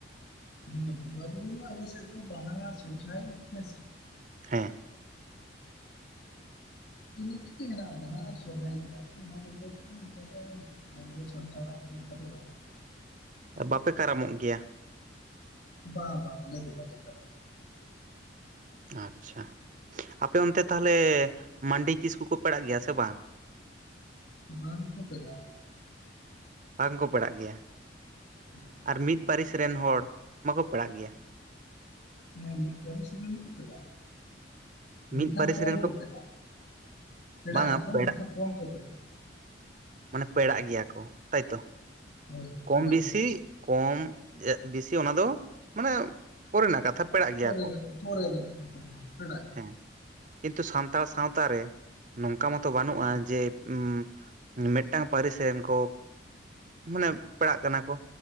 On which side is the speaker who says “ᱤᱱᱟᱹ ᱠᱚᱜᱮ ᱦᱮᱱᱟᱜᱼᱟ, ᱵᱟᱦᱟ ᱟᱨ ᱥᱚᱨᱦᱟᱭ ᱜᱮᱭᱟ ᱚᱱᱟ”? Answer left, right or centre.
Left